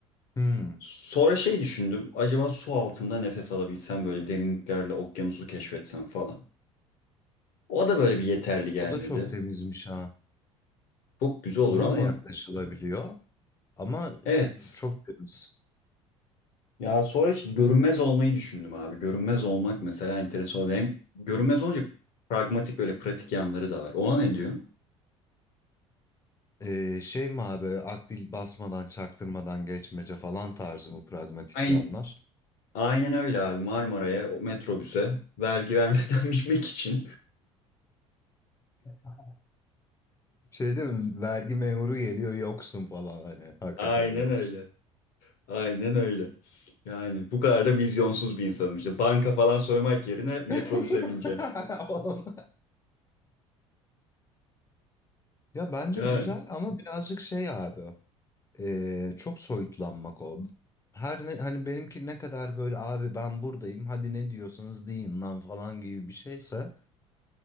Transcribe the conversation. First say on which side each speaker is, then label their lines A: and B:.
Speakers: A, on the left; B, on the left.
A: Hmm.
B: Sonra şey düşündüm. Acaba su altında nefes alabilsem böyle derinliklerle okyanusu keşfetsem falan. O da böyle bir yeterli gelmedi.
A: O da çok temizmiş ha.
B: Çok güzel olur
A: Ona
B: ama
A: da yaklaşılabiliyor ama
B: evet.
A: çok temiz.
B: Ya sonra hiç görünmez olmayı düşündüm abi. Görünmez olmak mesela enteresan. Hem görünmez olunca pragmatik böyle pratik yanları da var. Ona ne diyorsun?
A: Ee, şey mi abi akbil basmadan çaktırmadan geçmece falan tarzı mı pragmatik
B: Aynı,
A: yanlar?
B: Aynen öyle abi Marmara'ya o metrobüse vergi vermeden <laughs> binmek için.
A: <laughs> Şey değil mi vergi memuru geliyor yoksun falan hani hakikaten
B: Aynen
A: yoksun.
B: öyle. Aynen öyle. Yani bu kadar da vizyonsuz bir insanım işte. Banka falan soymak yerine metrobüse
A: <laughs>
B: bineceğim.
A: Oğlum. Ya bence
B: Yani.
A: güzel ama birazcık şey abi ee, çok soyutlanmak o. Her ne, hani benimki ne kadar böyle abi ben buradayım hadi ne diyorsanız deyin lan falan gibi bir şeyse